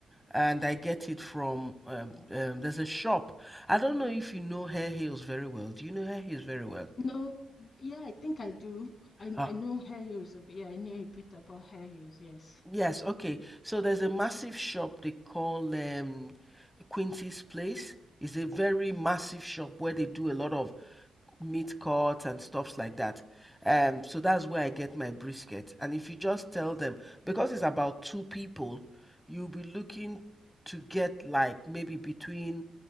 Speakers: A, in the centre; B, on the left.
A: and I get it from um, um, there's a shop. I don't know if you know Hair Heels very well. Do you know Hair Heels very well?
B: No, yeah, I think I do. I
A: Ah,
B: I know hair heels a bit. Yeah, I know a bit about hair heels. Yes.
A: yes. Okay. So there's a massive shop they call um, Quincy's Place. It's a very massive shop where they do a lot of meat cuts and stuffs like that. Um, so that's where I get my brisket. And if you just tell them, because it's about two people, you'll be looking to get like maybe between